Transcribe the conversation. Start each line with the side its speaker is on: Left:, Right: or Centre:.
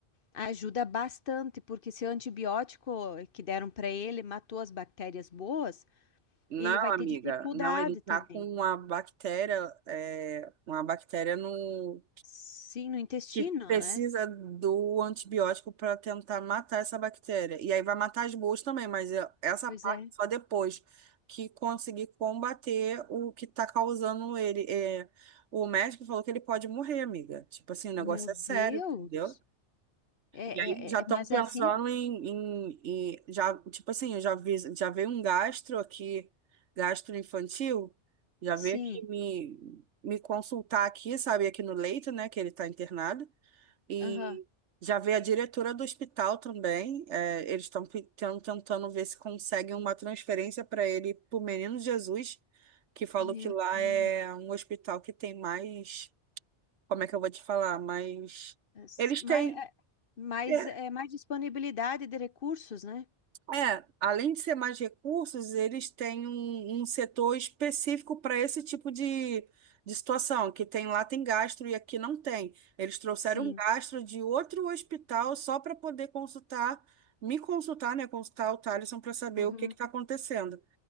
Left: Ajuda bastante, porque se o antibiótico que deram para ele matou as bactérias boas,
Right: não,
Left: ele vai
Right: amiga,
Left: ter dificuldade
Right: não, ele tá
Left: também.
Right: com uma bactéria, é, uma bactéria no
Left: Sim, no intestino,
Right: que precisa
Left: né?
Right: do antibiótico para tentar matar essa bactéria. E aí vai matar as boas também, mas é- essa
Left: Pois
Right: parte
Left: é.
Right: só depois que conseguir combater o que tá causando ele. É, o médico falou que ele pode morrer, amiga. Tipo assim, o negócio
Left: Meu Deus!
Right: é sério, entendeu?
Left: É,
Right: E aí já
Left: é, é, é-
Right: estão
Left: mas
Right: pensando
Left: é assim?
Right: em, em, em- já, tipo assim, eu já vi, já veio um gastro aqui, gastro infantil, já
Left: Sim.
Right: veio aqui me, me consultar aqui, sabe, aqui no leito, né, que ele está internado, e
Left: Aham.
Right: já veio a diretora do hospital também, é, eles estão tentando ver se conseguem uma transferência para ele, para o Menino Jesus, que falou
Left: Meu
Right: que lá
Left: Deus.
Right: é um hospital que tem mais, como é que eu vou te falar, mais...
Left: É se-
Right: Eles
Left: Mas,
Right: têm.
Left: é, mas
Right: É,
Left: é mais disponibilidade de recursos, né?
Right: É, além de ser mais recursos, eles têm um, um setor específico para esse tipo de, de situação, que tem lá tem gastro e aqui não tem. Eles trouxeram
Left: Sim.
Right: um gastro de outro hospital só para poder consultar, me consultar, né? Consultar o Thaleson para saber
Left: Uhum.
Right: o que está acontecendo.